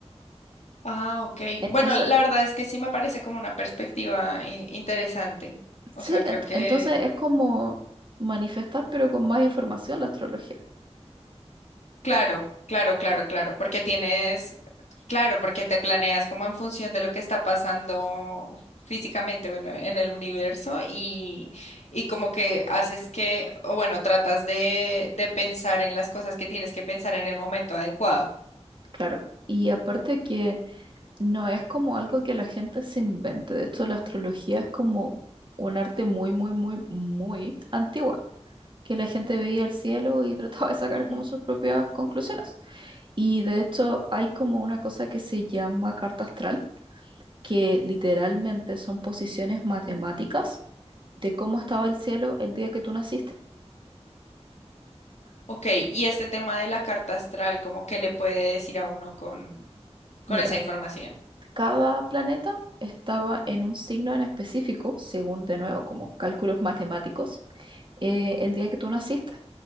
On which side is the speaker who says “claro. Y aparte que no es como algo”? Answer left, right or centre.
Right